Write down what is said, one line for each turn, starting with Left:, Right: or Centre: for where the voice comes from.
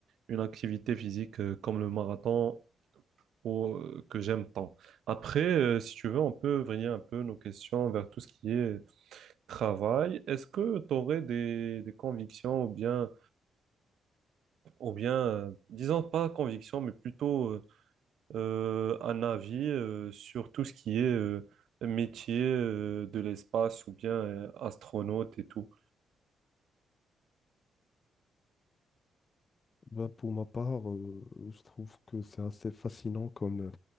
Right: une activité physique euh, comme le marathon ou, euh, que j'aime tant. Après, euh, si tu veux, on peut vriller un peu nos questions vers tout ce qui est travail. Est-ce que tu aurais des, des convictions ou bien, ou bien euh, disons pas convictions, mais plutôt euh, euh, un avis euh, sur tout ce qui est euh, métier euh, de l'espace ou bien euh, astronaute et tout.
Left: Ben, pour ma part, euh, je trouve que c'est assez fascinant comme,